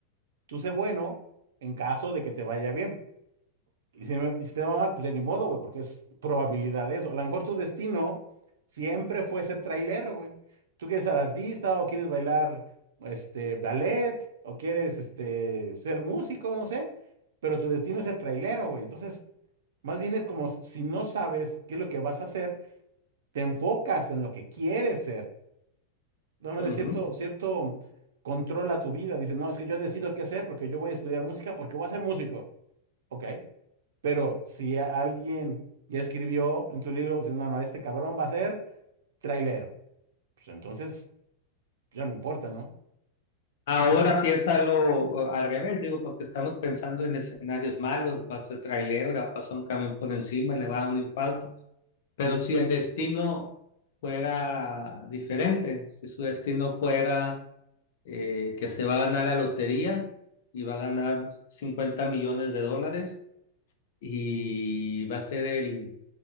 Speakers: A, on the right; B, on the left.
A: Tú sé bueno en caso de que te vaya bien, Y si, me- y si te va mal, pues ya ni modo, güey, porque es probabilidad de eso. A lo mejor tu destino siempre fue ser trailero, güey. Tú quieres ser artista o quieres bailar, este, ballet o quieres, este, ser músico, no sé, pero tu destino es ser trailero, güey. Entonces, más bien es como s- si no sabes qué es lo que vas a hacer, te enfocas en lo que quieres ser, dándole
B: ¿no?
A: cierto,
B: Ujú.
A: cierto control a tu vida. Dices, no, es que yo decido qué hacer porque yo voy a estudiar música porque voy a ser músico. Ok. Pero si a- alguien ya escribió en tu libro, dice, no, no, este cabrón va a ser trailero, pues entonces ya no importa, ¿no?
B: Ahora piénsalo eh, al revés, digo, porque estamos pensando en escenarios malos, va a ser trailero, le va a pasar un camión por encima, le va a dar un infarto. Pero si el destino fuera diferente, si su destino fuera eh, que se va a ganar la lotería y va a ganar 50 millones de dólares y va a ser el,